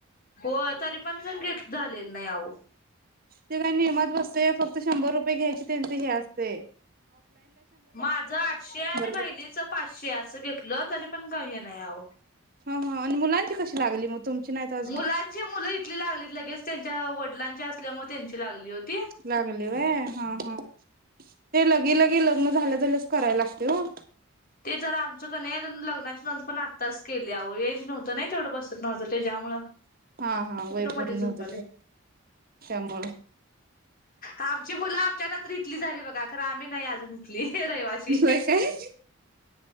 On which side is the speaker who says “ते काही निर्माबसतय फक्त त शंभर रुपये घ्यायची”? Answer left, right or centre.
Right